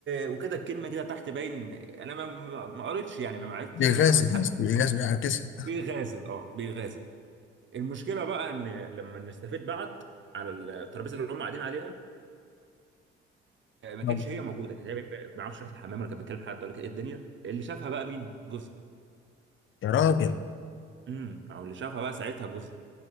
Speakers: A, on the right; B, on the left.
A: وكتب كلمه كده تحت باين انا ما ما ما قريتش يعني انا ما عرفتش
B: بيغاز
A: اللي حصل بس حد
B: بيغاز بيعكسها
A: بيغازل اه بيغازل المشكله بقى ان لما الاستافيت بعت على الترابيزه اللي هم قاعدين عليها آه، ما كانتش
B: نعم.
A: هي موجوده كانت هي ما بيعرفش راحت الحمام ولا كانت بتكلم حد ولا كانت ايه الدنيا اللي شافها بقى مين جوزها
B: يا راجل
A: امم او اللي شافها بقى ساعتها جوزها